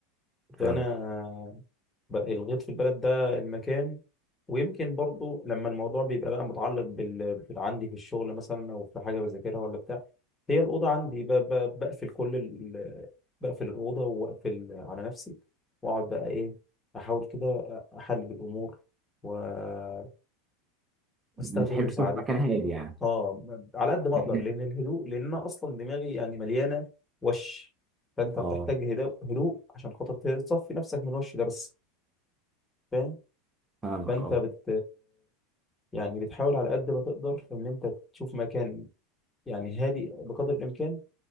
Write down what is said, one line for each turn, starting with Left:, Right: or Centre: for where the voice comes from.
Left: فانا
Right: فاهم
Left: بقى الغيط في البلد ده المكان ويمكن برضو لما الموضوع بيبقى بقى متعلق بال... بال... عندي في الشغل مثلا او في حاجه بذاكرها ولا بتاع هي الاوضه عندي ب... ب... بقفل كل ال... بقفل الاوضه واقفل على نفسي واقعد بقى ايه احاول كده احلل الامور و- واستخدم
Right: بتحب
Left: مساعدات
Right: تكون في مكان هادي يعني
Left: اه على قد ما
Right: <laughs> مكان-
Left: اقدر لان الهدوء لان انا اصلا دماغي يعني مليانه وش فانت
Right: اه
Left: بتحتاج هدوء هدوء عشان خاطر تصفي نفسك من الوش ده بس فاهم؟
Right: فاهمك
Left: فانت
Right: اه
Left: بت يعني بتحاول على قد ما تقدر ان انت تشوف مكان يعني هادي بقدر الامكان